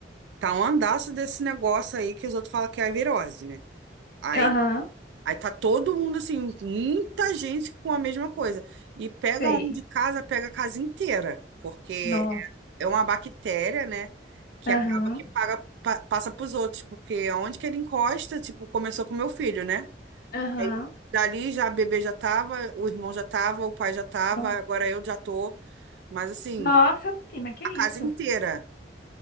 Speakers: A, on the right (about 80°); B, on the left (about 55°).
A: Tá um andaço desse negócio aí que os outros falam que é a virose, né? Aí
B: aham,
A: Aí tá todo mundo assim, muita gente com a mesma coisa. E pega
B: sei.
A: um de casa, pega a casa inteira, porque
B: Nossa.
A: é uma bactéria, né? Que
B: Aham.
A: acaba que paga, pa, passa pros outros, porque aonde que ele encosta, tipo, começou com meu filho, né?
B: Aham.
A: Aí dali já a bebê já tava, o irmão já tava, o pai já tava,
B: No-
A: agora eu já tô. Mas assim,
B: Nossa, prima, que
A: a
B: isso?
A: casa inteira